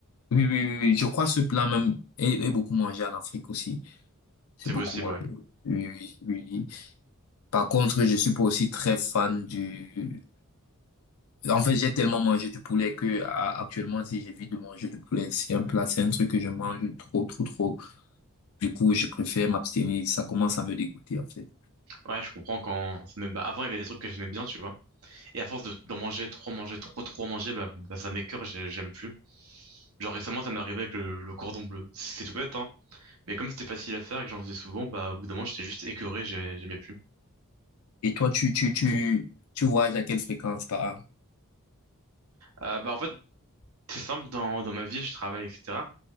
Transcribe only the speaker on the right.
C'est
possible,
ouais.
Ouais, je comprends quand. ça me- bah, avant, il y avait des trucs que j'aimais bien, tu vois. Et à force de- d'en manger, trop manger, trop, trop manger, bah, bah, ça m'écœure, j'ai- j'aime plus. Genre récemment, ça m'est arrivé avec le, le cordon bleu. C'est tout bête, hein. Mais comme c'était facile à faire et que j'en faisais souvent, bah, au bout d'un moment, j'étais juste écœuré, j'ai- j'aimais plus.
Euh, bah, en fait, c'est simple, dans, dans ma vie, je travaille, etc.